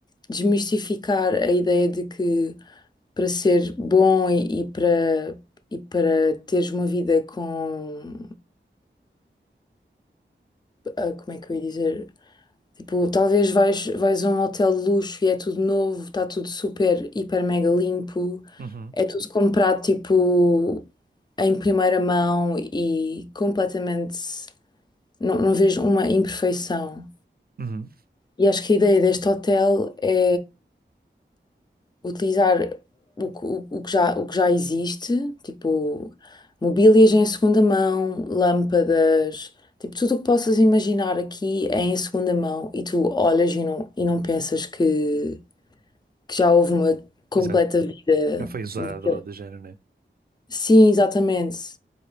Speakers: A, on the left; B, on the right.
A: desmistificar a ideia de que para ser bom e, e para, e para teres uma vida com. ah, como é que eu ia dizer? Tipo, talvez vais, vais a um hotel de luxo e é tudo novo, está tudo super, hiper, mega limpo,
B: uhum,
A: é tudo comprado tipo em primeira mão e completamente. Não, não vejo uma imperfeição.
B: uhum.
A: E acho que a ideia deste hotel é. utilizar o, que- o, o que já, o que já existe, tipo mobílias em segunda mão, lâmpadas, tipo tudo o que possas imaginar aqui é em segunda mão e tu olhas e não, e não pensas que, que já houve uma completa
B: Exato.
A: vida
B: Já foi usado
A: naquele.
B: ou de género, né?
A: Sim, exatamente.